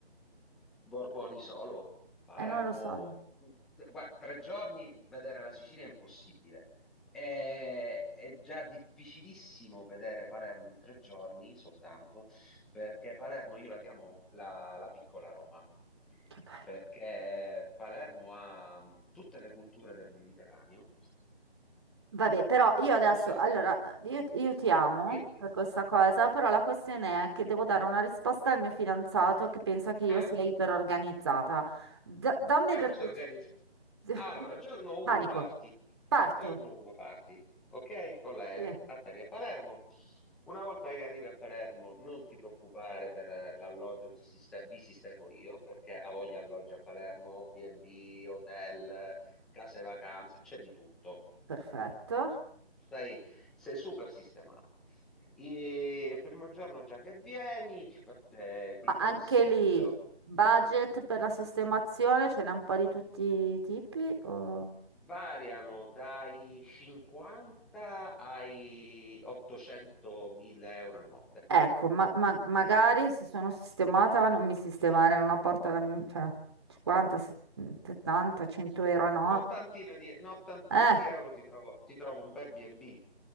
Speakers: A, in the centre; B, on the right.
A: Borboni solo, Palermo,
B: E non lo so io.
A: guarda, tre giorni vedere la Sicilia è impossibile. È, è già difficilissimo vedere Palermo in tre giorni soltanto, perché Palermo io la chiamo la, la piccola Roma,
B: Che bello.
A: perché Palermo ha mh, tutte le culture del Mediterraneo,
B: Vabbè, però io
A: incluse...
B: adesso, allora, io, io ti amo
A: Quindi,
B: per questa cosa, però la questione è che devo dare una risposta al mio fidanzato che pensa che io
A: eh,
B: sia iperorganizzata. Da- dammi
A: E
B: per
A: ora ci
B: piacere.
A: organizziamo.
B: <laughs>
A: Allora, giorno 1
B: Panico.
A: parti.
B: Parto.
A: Giorno 1 parti, ok? Con l'aereo.
B: Sì.
A: Atterri a Palermo. Una volta che arrivi a Palermo, non ti preoccupare per eh, l'alloggio, ti siste- vi sistemo io, perché ha voglia alloggi a Palermo, B&B, hotel, eh, case vacanze, c'è di tutto.
B: Perfetto.
A: Sei, sei super sistemato. E il primo giorno già che vieni, ti, fa- eh,
B: Ma
A: ti consiglio.
B: anche lì, budget per la sistemazione ce n'è un po' di tutti i tipi? o-
A: Variano dai 50 ai 800.000 euro a notte.
B: Ecco, ma, ma- magari se sono sistemata non mi sistemare una porta alla mi- cioè 50, se- 70, 100 euro a notte.
A: Un'ottantina di, un'ottantina
B: Eh,
A: di euro ti trovo, ti trovo un bel B&B,